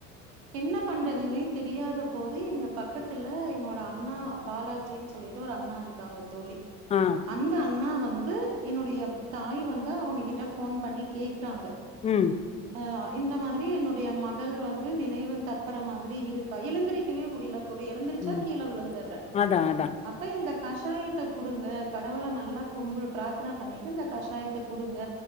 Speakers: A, on the right; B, on the left.
A: என்ன பண்றதுன்னே தெரியாத போது எங்க பக்கத்துல என்னோட அண்ணா பாலாஜின் சொல்லிட்டு ஒரு அண்ணா இருக்காங்க தோழி
B: ஆ
A: அந்த அண்ணா வந்து என்னுடைய தாய் வந்து அவங்க கிட்ட ஃபோன் பண்ணி கேக்றாங்க
B: ம்
A: அ இந்த மாதிரி என்னுடைய மகள் வந்து நினைவு தப்பற மாதிரி இருக்கா எழுந்திரிக்கவே முடியல தோழி எழுந்திரிச்சா
B: ம்
A: கீழ விழுந்துற்ர
B: அதா அதா
A: அப்ப இந்த கஷாயத்த குடுங்க கடவுள நல்லா கும்பு பிராத்தன பண்ணிட்டு இந்த கஷாயத்த குடுங்க